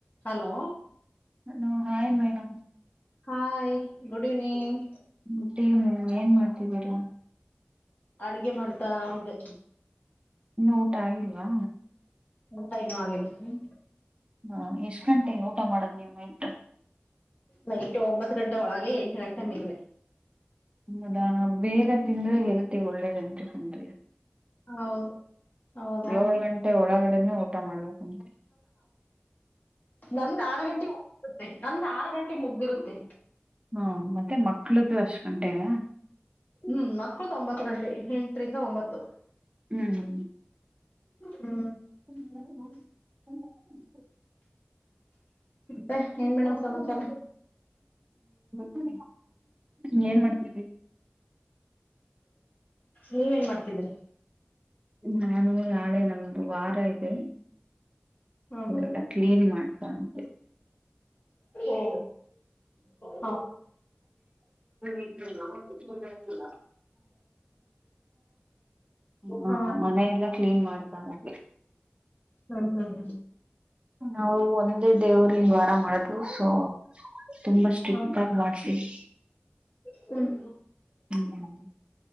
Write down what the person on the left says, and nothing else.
hello
hi good evening
ಅಡ್ಗೆ ಮಾಡ್ತಾ ಇ್ದದೆ
ಎಂತ ಇನ್ನು ಆಗರ್ ಹ್ಮ್
ನೈಟ್ ಒಂಬತ್ತು ಗಂಟೆ ಒಳಗೆ ಎಂಟು ಗಂಟೆ ಮೇಲೆ
ಹೌದು ಹೌದಾ
ನಂದ್ ಆರು ಗಂಟೆ ಮುರುತ್ತೆ ನಂದ್ ಆರು ಗಂಟೆ ಮುಗ್ದಿರುತ್ತೆ
ಹ್ಮ್ ಮಕ್ಳು ತೊಂಬತ್ತು ಗಂಟೆ ಎಂಟರಿಂದ ಒಂಬತ್ತು
ಹ್ಮ
ಮತ್ತೆ ಏನ್ ಮೇಡಮ್ ಸಮಾಚಾರ
ನೀವೇನ್ ಮಾಡ್ತಿದೀರ
ಹ್ಮ್
ಓ ಹೌ
ಹಾ
ಹ್ಮ್ ಹ್ಮ್
ಹ್ಮ್
ಹ್ಮ್